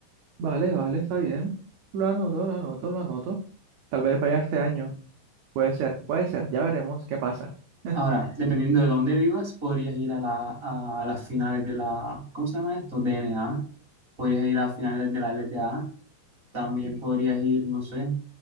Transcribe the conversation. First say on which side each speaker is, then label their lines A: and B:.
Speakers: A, on the right; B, on the right.
A: Vale, vale, está bien. Lo anoto, lo anoto, lo anoto. Tal vez vaya este año. Puede ser, puede ser. Ya veremos qué pasa. <laughs>
B: Ahora, dependiendo de dónde vivas, podrías ir a, la, a las finales de la, ¿cómo se llama esto? DNA. Podrías ir a finales de la LTA. También
A: Y
B: podrías ir, no sé,